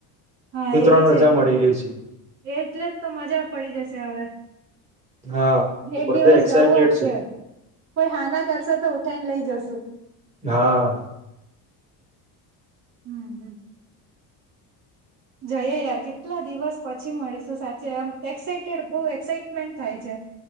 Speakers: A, on the right; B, on the right.
A: હા
B: તો
A: એ
B: ત્રણ
A: બી છે.
B: રજા મળી ગઈ છે
A: એ એટલે જ તો મજા પડી જશે હવે.
B: હા તો
A: એક
B: બધા
A: દિવસ
B: એક્સાઈટેડ
A: જવા જ છે. કોઈ હા, ના કરશે તો ઉઠાઈને લઈ જશુ.
B: હા.
A: હમ્મ-હમ્મ. જઈએ યાર કેટલા દિવસ પછી મળીશું, સાચે આમ, એક્સાઈટેડ બોવ એક્સાઈટમેન્ટ થાય છે.